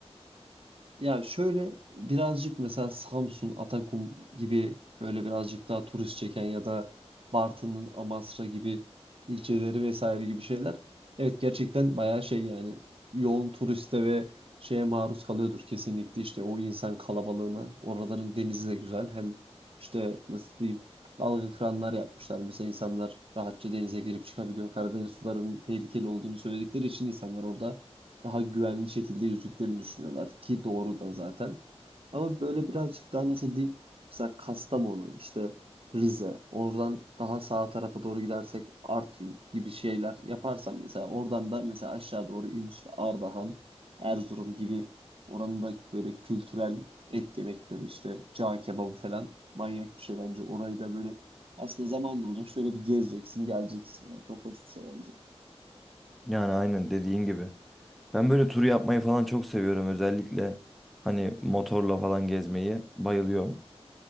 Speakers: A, on the right; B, in the centre.
A: Ya şöyle birazcık mesela Samsun, Atakum gibi böyle birazcık daha turist çeken ya da Bartın'ın Amasra gibi ilçeleri vesaire gibi şeyler. Evet gerçekten bayağı şey yani yoğun turiste ve şeye maruz kalıyordur kesinlikle işte o insan kalabalığına. Oraların denizi de güzel. Hem işte nasıl diyeyim dalga kıranlar yapmışlar. Mesela insanlar rahatça denize girip çıkabiliyor. Karadeniz sularının tehlikeli olduğunu söyledikleri için insanlar orada daha güvenli şekilde yüzdüklerini düşünüyorlar ki doğru da zaten. Ama böyle birazcık daha nasıl diyeyim mesela Kastamonu işte Rize oradan daha sağ tarafa doğru gidersek Artvin gibi şeyler yaparsam mesela oradan da mesela aşağı doğru in işte Ardahan, Erzurum gibi oranın da böyle kültürel et yemekleri işte cağ kebabı falan manyak bir şey bence. Orayı da böyle aslında zamanla olacak şöyle bir gezeceksin geleceksin yani çok hoş bir şey bence.
B: Yani aynen dediğin gibi. Ben böyle tur yapmayı falan çok seviyorum özellikle hani motorla falan gezmeyi bayılıyorum.